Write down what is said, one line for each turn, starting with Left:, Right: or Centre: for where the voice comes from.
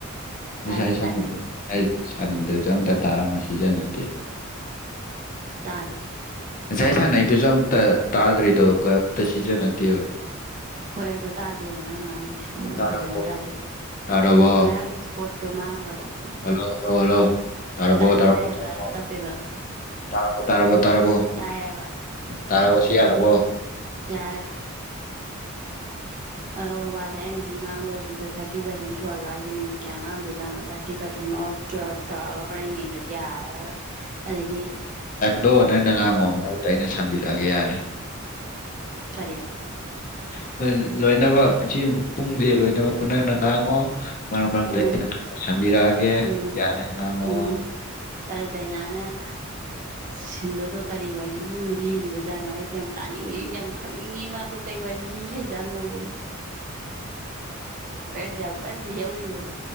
Left: ꯉꯁꯥꯏ
Right: ꯇꯥꯗꯦ ꯇꯥꯗꯦ
Left: ꯁꯥꯟꯅꯩꯗꯣ ꯉꯁꯥꯏ ꯁꯥꯟꯅꯩꯗꯨꯁꯨ ꯑꯝꯇ ꯇꯥꯔꯝꯃ ꯁꯤꯖꯤꯟꯅꯗꯦ
Right: ꯇꯥꯗꯦ
Left: ꯉꯁꯥꯏ ꯁꯥꯟꯅꯩꯗꯨꯁꯨ ꯑꯝꯇ ꯇꯥꯗ꯭ꯔꯤꯗꯣ ꯀꯩꯝꯇ ꯁꯤꯖꯤꯟꯅꯗꯦꯕ
Right: ꯍꯣꯏ ꯑꯗꯨ ꯇꯥꯗꯦꯕ ꯅꯪ ꯉꯥꯡꯉꯤꯁꯦ
Left: ꯇꯥꯔꯕꯣ
Right: ꯐꯖꯅ ꯇꯥꯗꯦꯕ
Left: ꯇꯥꯔꯕꯣ
Right: ꯉꯔꯥꯡꯒꯤ ꯏꯁꯄꯣꯔꯠꯇꯣ ꯃꯥꯡꯈ꯭ꯔꯕꯣ
Left: ꯍꯜꯂꯣ ꯍꯜꯂꯣ ꯍꯜꯂꯣ ꯇꯥꯔꯕꯣ
Right: ꯇꯥꯗꯤ
Left: ꯇꯥꯔꯕꯣ
Right: ꯇꯥꯏꯌꯦꯕ
Left: ꯇꯥꯔꯕꯣ
Right: ꯑꯗꯨ ꯇꯞꯄꯦꯕ
Left: ꯇꯥꯔꯕꯣ ꯇꯥꯔꯕꯣ ꯇꯥꯔꯕꯣ
Right: ꯇꯥꯏꯌꯦꯕ
Left: ꯇꯥꯔꯕꯣ ꯁꯤ ꯌꯥꯔꯕꯣ
Right: ꯌꯥꯔꯦ
Left: <inaudible>
Right: ꯑꯗꯨꯒ ꯋꯥꯁꯦ ꯑꯩꯅ ꯁꯨꯝ ꯉꯥꯡꯗꯧꯁꯤꯗ ꯊꯥꯔꯇꯤ ꯄꯥꯔꯁꯦꯟ ꯁꯨꯍꯜꯂꯣ ꯍꯥꯏꯁꯦ ꯃꯤꯅꯤꯠ ꯀꯌꯥ ꯉꯥꯡꯗꯣꯏꯖꯥꯠꯅꯣ ꯊꯥꯔꯇꯤ ꯄꯔꯁꯦꯟ ꯀꯩꯅꯣ ꯇꯨꯋꯦꯜꯞ ꯇꯧꯔꯒ ꯍꯣꯔꯦꯟ ꯌꯦꯡꯗ꯭ꯔꯗꯤ ꯌꯥꯔꯔꯣꯏ ꯑꯗꯒꯤ
Left: ꯗꯣ ꯅꯪꯅ ꯉꯥꯡꯉꯣ ꯃꯔꯛꯇ ꯑꯩꯅ ꯁꯝꯕꯤꯔꯛꯑꯒꯦ ꯌꯥꯔꯦ
Right: ꯀꯔꯤ
Left: ꯑꯈꯣꯏ ꯂꯣꯏꯅꯕ ꯏꯆꯦ ꯄꯨꯡꯁꯦ ꯂꯣꯏꯅꯕ ꯅꯪꯅ ꯉꯥꯡꯉꯣ ꯃꯔꯛ ꯃꯔꯛꯇ
Right: ꯎꯝ
Left: ꯑꯩꯅ ꯈꯔ ꯈꯔ ꯁꯝꯕꯤꯔꯛꯑꯒꯦ
Right: ꯎꯝ
Left: ꯌꯥꯔꯦ ꯉꯥꯡꯉꯣ
Right: ꯎꯝ ꯗꯥꯏꯅꯥꯅ ꯁꯤꯟꯕꯗꯣ ꯀꯔꯤ ꯋꯥꯔꯤꯕꯨ ꯂꯤꯔꯤꯕꯖꯥꯠꯅꯣ ꯑꯩ ꯌꯥꯝ ꯇꯥꯅꯤꯡꯉꯦ ꯑꯩꯗꯤ ꯌꯥꯝ ꯈꯪꯅꯤꯡꯉꯦ ꯃꯥꯗꯣ ꯀꯩ ꯋꯥꯔꯤ ꯂꯤꯍꯩꯖꯥꯠꯅꯣꯋꯦ ꯑꯩꯅ ꯌꯥꯝ ꯀꯟꯅ ꯂꯤꯍꯧꯔꯤꯕ